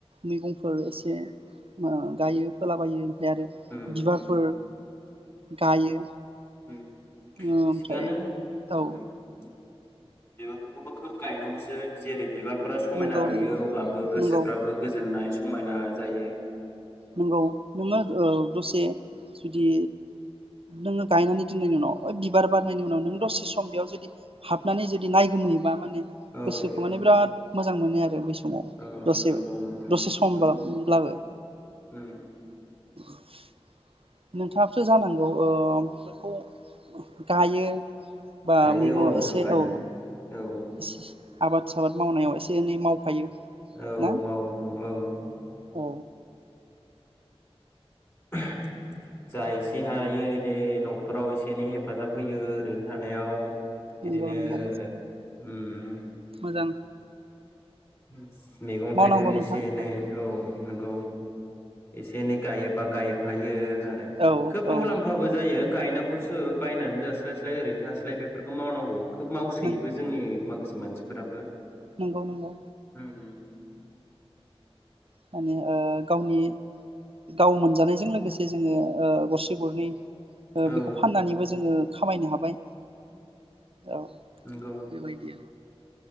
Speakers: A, on the right (about 65°); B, on the left (about 30°).
A: मैगंफोर एसे ओ गायो फोलाबायो ओमफाय आरो
B: उम
A: बिबारफोर
B: उम
A: गायो।
B: उम
A: ओमफ्राय
B: थिगानो
A: औ
B: बिबारफोरखौबो खोब गायनांगौसो जेरै बिबारफोरा समायना
A: नंगौ
B: नुयो
A: नंगौ
B: अब्लाबो गोसोफ्राबो
A: नंगौ
B: गोजोननाय स समायना जायो।
A: नोंगौ नोङो ओ दसे जुदि नोङो गायनानै दिननि उनाव ओ बिबार बारनायनि उनाव नों दसे सम बेयाव जुदि हाबनानै जुदि नायगोमोयोबा माने
B: औ
A: गोसोखौ
B: औ
A: माने बिराद मोजां मोनो आरो बे समाव
B: औ
A: दसे
B: नंगौ नंगौ
A: दसे समब्ला-ब्लाबो।
B: उम उम
A: <inaudible> नोंथाङाबोथो जानांगौ ओ बेफोरखौ गायो। बा
B: गायो
A: मैगं
B: औ नोंथां
A: ओसे
B: गायो
A: औ
B: औ
A: सेसे आबाद आबाद मावनायाव एसे एनै मावफायो
B: औ
A: ना
B: मावो ओं।
A: औ
B: ओहो जा एसे हायोे दे न'खराव एसे एनै हेफाजाब होयो ओरैनो थानायाव।
A: नंगौ
B: इदिनो
A: नंगौ
B: उम।
A: मोजां।
B: <unintelligible> मैगं-थाइगं
A: मावनांगौ
B: एसे
A: नोंथां
B: एनै औ नंगौ। एसे एनै गायोबा गायफायो आरो
A: औ
B: खोब
A: औ
B: मुलाम्फाबो जायो गायनांगौसो बायनानै जास्लायस्लाय ओरैनो थास्लाय बेफोरखौ मावनांगौ। खोब मावसोयोबो
A: नों
B: जोंनि माख खासे मानसिफोराबो।
A: नंगौ नंगौ।
B: उम
A: माने ओ गावनि गाव मोनजानायजों लोगोसे जोङो ओ गरसे गरनै ओ
B: औ
A: बेखौ फाननानैबो जोङो खामायनो हाबाय। औ
B: नंगौ
A: बेबायदि।